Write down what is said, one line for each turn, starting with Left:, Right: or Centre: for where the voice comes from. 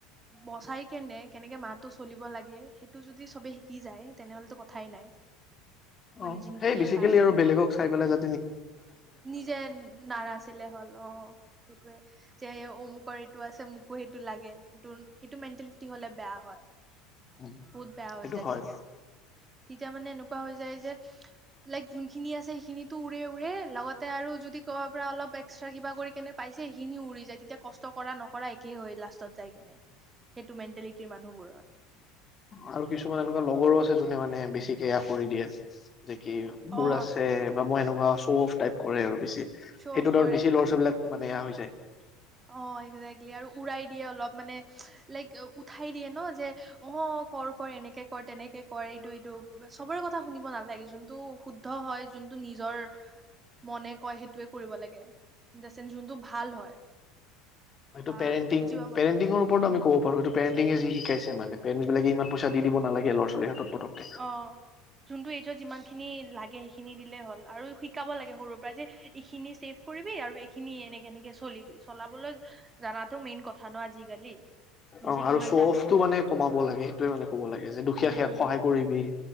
Right: বচাই কেনে কেনেকে মাহটো চলিব লাগে সেইটো যদি সবে শিকি যায় তেনেহ'লেতো কথাই নাই মানে
Left: অ
Right: যোনখিনিয়ে
Left: সেই বেচিকেলি
Right: পায়
Left: আৰু বেলেগক চাই পেলাই যা
Right: নিজে নাৰাছিলে হ'ল অ সেইটোৱে যে অম মোক এইটো আছে মোকো সেইটো লাগে সেইটো সেইটো মেন্টেলিটি হ'লে বেয়া হয়।
Left: উম
Right: বহুত বেয়া
Left: সেইটো
Right: হৈ যায়
Left: হয়
Right: তেতিয়া তেতিয়া মানে এনেকুৱা হৈ যায় যে। লাইক যোনখিনি আছে সেইখিনিত উৰে উৰে লগতে আৰু যদি ক'ব পৰা অলপ এক্সট্ৰা কিবা কৰি কেনে পাইছে সেইখিনি উৰি যায় তেতিয়া কষ্ট কষ্ট কৰা নকৰা একেই হয় লাষ্টত যায় কেনে সেইটো মেণ্টেলিটিৰ মানুহবোৰৰ
Left: আৰু কিছুমান এনেকুৱা লগৰো আছে যোনে মানে বেছিকেয়া কৰি দিয়ে যে কি বোৰ
Right: অ
Left: আছে বা মই এনেকুৱা আছো শ অফ টাইপ কৰে আৰু বেছি সেইটোত
Right: শ্ব' অফ
Left: ধৰ
Right: কৰে
Left: আৰু বেছি ল'ৰা ছোৱালীবিলাক মানে এয়া হৈছে <unintelligible>
Right: অ একজেক্টলি আৰু উৰাই দিয়ে অলপ মানে লাইক উঠাই দিয়ে ন যে অ কৰ কৰ এনেকে কৰ তেনেকে কৰ এইটো এইটো চবৰে কথা শুনিব নালাগে যোনটো শুদ্ধ হয় যোনটো নিজৰ মনে কয় সেইটোোৱে কৰিব লাগে যোনটো ভাল হয়
Left: হয়টো
Right: বা
Left: পৰেণতিং
Right: বুজি পাব
Left: পেৰেণতিং
Right: লাগে
Left: ওপৰতো
Right: উম
Left: আম কব পাৰো স পে য শিকাইছে মানে <unintelligible> বিলাক ই পইা দি দিব নালাগে লৰা ছোৱালীৰ হাতত পতককে
Right: অ যোনটো এজত যিমান যখিনি লাগে সেইখিনি দিলেই হ'ল আৰু শিকাব লাগে সৰুৰ পৰা যে এইখিনি চেভ কৰিবি আৰু এইখিনি এনেকে এনেকৈ চলি চলাবলৈ জানাত টো মেইন কথা ন আজিকালি নিজে
Left: অ আৰু
Right: কিমান
Left: চফটো
Right: জানে
Left: মানে কমাব লাগে সেইটোয়ে মানে ক'ব লাগে যে দুখীয়া
Right: উম,
Left: সহায়
Right: উম,
Left: কৰিবি